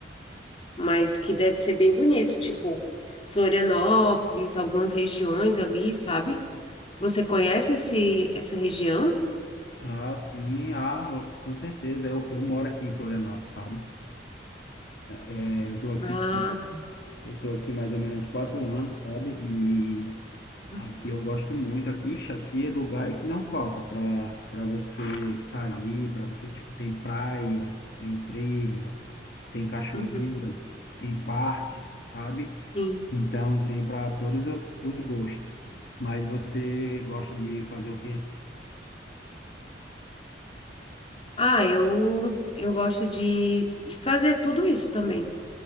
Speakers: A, on the left; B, on the left.
A: Mas que deve ser bem bonito, tipo Florianópolis, algumas regiões ali, sabe? Você conhece esse, essa região?
B: Ah, sim, ah, com certeza, eu, eu moro aqui em Florianópolis, sabe? É, Eu tô aqui
A: Ah,
B: Eu tô aqui mais ou menos uns quatro anos, sabe? E
A: uhum,
B: aqui eu gosto muito. Aqui, ixi, aqui é lugar que não falta para para você sair, para você, tipo, tem praia, tem trilha, tem cachoeira,
A: uhum,
B: tem parques, sabe?
A: sim.
B: Então tem para todos o- os gostos. Mas você gosta de fazer o quê?
A: Ah, eu, eu gosto de, de fazer tudo isso também.